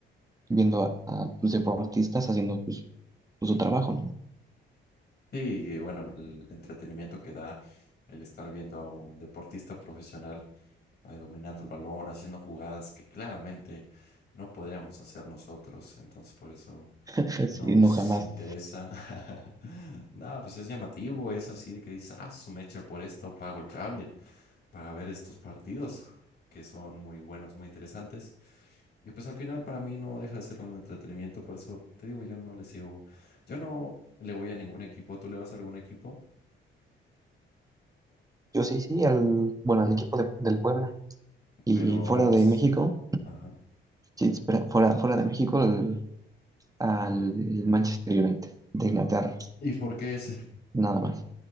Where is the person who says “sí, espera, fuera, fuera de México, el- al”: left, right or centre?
Right